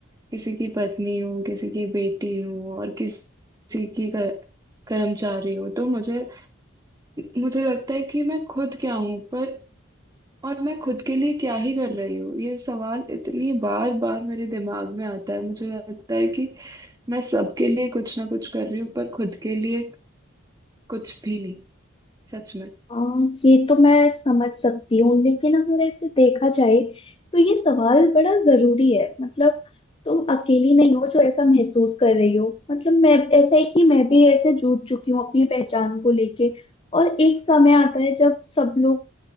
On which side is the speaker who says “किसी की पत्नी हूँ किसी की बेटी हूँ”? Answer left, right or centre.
Right